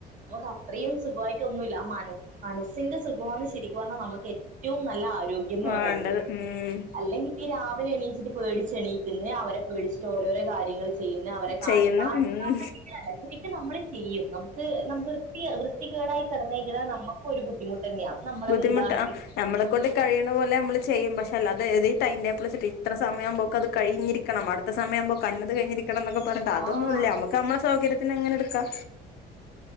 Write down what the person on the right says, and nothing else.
നമക്ക് അത്രേയും സുഖ്വായിട്ട് ഒന്നു ഇല്ല ആ മന മനസ്സിന്റെ സുഖ്വാണ് ശെരിക്കു പറ്ഞ്ഞാ നമ്മക്കേ റ്റവും നല്ല ആരോഗ്യംന്ന്
പറയുന്നത്.
അല്ലെങ്കി ഇന്നി രാവിലെ എണീച്ചിട്ട് പേടിച് ച്ച് എണീക്കുന്നേ അവരെ പേടിച്ചിട്ട് ഓരോരോ കാര്യ ങ്ങള് ചെയ്യുന്നേ അവരെ കാണി
കാണിക്കാൻ
വേണ്ടീറ്റ് തന്നെ എന്നിട്ടും നമ്മള് ചെയ്യും നമുക്ക് നമ് വൃത്തിയാ വൃ ഇത്തി കേടായി കെടന്നേക്കണ് നമ്മക്കും ഒരു ബുദ്ധിമുട്ട് തന്നയാ നമ്മള
വീടാണെങ്കിൽ
ആ